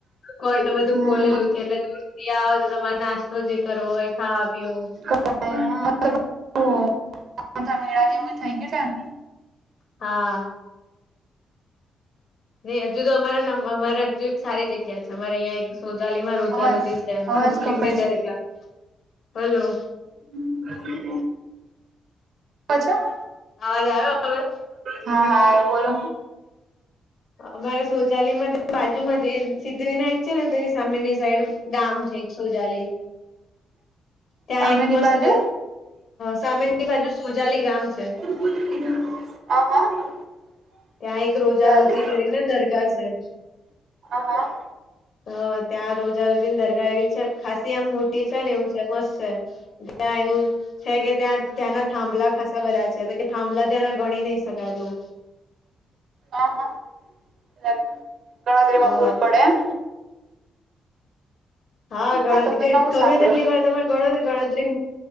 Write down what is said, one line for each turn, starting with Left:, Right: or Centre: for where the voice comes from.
Left: કો ને બધું
Right: હા.
Left: ખોલેલું છે એટલે દૂર થી આવો તો તમારે નાસ્તો જે કરવો હોય ખાવા પીવો
Right: <unintelligible> મેળા જેવું થઇ ગયું છેને.
Left: હા નહી હજુ તો અમારા અમારે હજુ સારી જગ્યા છે અમારે અહીંયા એક સોજાલી માં રોજા
Right: અવાજ
Left: રોજી છે
Right: અવાજ
Left: મુસ્લિમની
Right: કપાય છે
Left: દરગાહ હલો
Right: <unintelligible> અચ્છા હા
Left: અવાજ આવ્યો હવે
Right: હા આયો બોલો.
Left: અમારા <unintelligible> માં બાજુ માં સિદ્ધિ વિનાયક છે ને તેની સામેનની સાઇડ ગામ છે સુજાલય. ત્યાં
Right: સામેની
Left: એક મસ્ત
Right: બાજુ
Left: સામેની બાજુ સોજાલી ગામ છે.
Right: હ હ..
Left: ત્યાં એક
Right: સોજાલી
Left: રોજા રોજી કરીને દરગાહ છે
Right: હહ..
Left: હ ત્યાં રોજા રોજી ની દરગાહ એવી છે ખાસી આમ મોટી છે ને એવું છે મસ્ત છે. ત્યાં એવું. છે કે ત્યાં ત્યાંના થાંભલા ખાસા બધા છે કે થાંભલા ત્યાંના ગણી નહી શકાતું.
Right: હ હા એ ગણતરીમાં
Left: અ
Right: ભૂલ પડે એમ
Left: હા ગણતરી
Right: આ તો મેં નવું સાંભળ્યું
Left: ગમે તેટલી વાર તમે ગણો ગણતરી